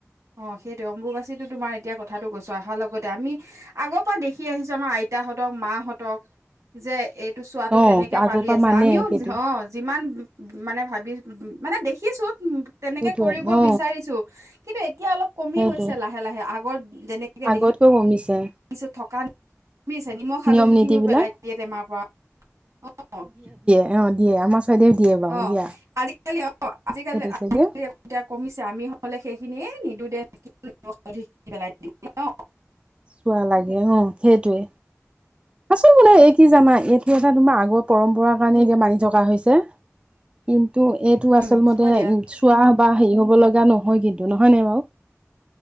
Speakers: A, on the right; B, on the right.
A: অ' সেইটোৱে অম্বুবাচীটো তোমাৰ এতিয়া কথাটো কৈছোঁ আহাৰ লগতে আমি আগৰ পৰা দেখি আহিছোঁ আমাৰ আইতাহতক, মাহতক যে এ টো চোৱাটো
B: অ
A: তেনেকে
B: আগৰ
A: পালি
B: পৰা
A: আছে
B: মানে
A: আমিও
B: সেইটো
A: যে, অ'। যিমান উ, মানে ভাবি উ, উ, মানে দেখিছোঁ উ, তেনেকে
B: সেইটোৱে
A: কৰিব
B: অ
A: বিচাৰিছোঁ কিন্তু এতিয়া অলপ কমি
B: সেইটোৱে
A: গৈছে লাহে লাহে, আগত যেনেকে
B: আগতকৈ
A: দেখি
B: কমিছে
A: পিছত থকামি <unintelligible> নিমখ, হালধিখিনিও
B: নিয়ম নীতি বিলাক
A: পেলাই দিয়ে টেমাৰ পৰা। অ', অ', অ'।
B: এও দিয়ে আমাৰ ভেদে দিয়ে। বাৰু
A: অ'
B: দিয়া
A: আজিকালি অ' আজিকালি
B: সেইটো চাইডে
A: <unintelligible> এতিয়া কমিছে, আমি হ'লে সেইখিনিয়ে এই নিদিওঁ দে <unintelligible>
B: চোৱা লাগে অ' সেইটোৱে। আচোন মানে এই কি জানা এইটো এটা তোমাৰ আগৰ পৰম্পৰাৰ কাৰণে এতিয়া মানি থকা হৈছে কিন্তু এইটো
A: উম,
B: আচল মতে
A: হয় দিয়া
B: ইন চোৱা বা হেৰি হ'ব লগা নহয় কিন্তু নহয় নে বাৰু?